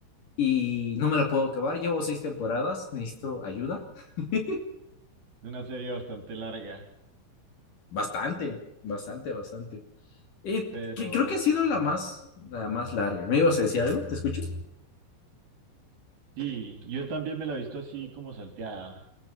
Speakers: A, on the left; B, on the right.
A: y no me la puedo acabar. Llevo seis temporadas, necesito ayuda. <laughs>
B: Es una serie bastante larga,
A: Bastante, bastante, bastante. Y
B: pero
A: que- creo que ha sido la más, la más larga. ¿Me ibas a decir algo? ¿Te escucho?
B: sí, yo también me la he visto así como salteada,